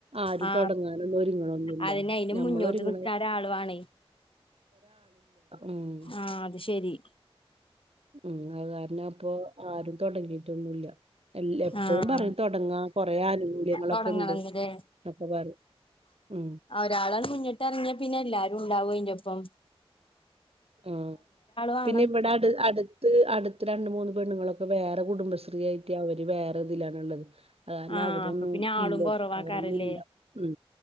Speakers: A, on the right; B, on the left.
A: ആരും
B: ആ
A: തുടങ്ങാനൊന്നും ഒരുങ്ങ്ണ്ഒന്നുല്ല
B: അതിന് അയിന്
A: ഞമ്മൾ
B: മുന്നോട്ട്
A: ഒരുങ്ങണ
B: നിക്കാൻ
A: -
B: ഒരാള് വാണേ
A: ഉം
B: ആഹ് അത് ശരി.
A: മ് അത് കാരണം അപ്പൊ ആരും തുടങ്ങിയിട്ടൊന്നുമല്ല. എല്ലാ എപ്പോഴും
B: ആഹ്
A: പറയും തൊടങ്ങാ കൊറെേ ആനുകൂല്യങ്ങളൊക്കെ
B: തൊടങ്ങണംന്ന്ല്ലേ
A: ണ്ട് എന്നൊക്കെ പറയും. മ്
B: ഒരാളാണ് മുന്നിട്ട് ഇറങ്ങ്യ പിന്നെ എല്ലാരും ണ്ടാവും അയിന്റോപ്പം.
A: ഉ
B: വേണം
A: പിന്നെ ഇവിടെ അടു അടു- അടുത്ത് രണ്ട് മൂന്ന് പെണ്ണുങ്ങളൊക്കെ വേറെ കുടുംബശ്രീ ആയിട്ട് അവര് വേറെ ഇതിലാണുള്ളത്. കാര
B: ആഹ്
A: അവരൊന്നും
B: അപ്പൊ പിന്നെ ആളും
A: ഇല്ല
B: കൊറവാക്കാരല്ലേ
A: അവരൊന്നുമല്ല മ്